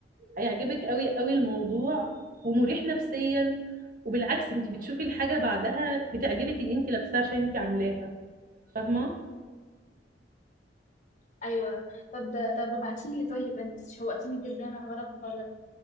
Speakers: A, on the right; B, on the left.
A: هيعجبك قوي قوي الموضوع ومريح نفسيا وبالعكس انت بتشوفي الحاجة بعدها بتعجبك ان انت لابساها عشان انت عاملاها فاهمة
B: ايوه طب ده طب ابعتيلي طيب انت شوقتيني جدا انا اجرب الحوار ده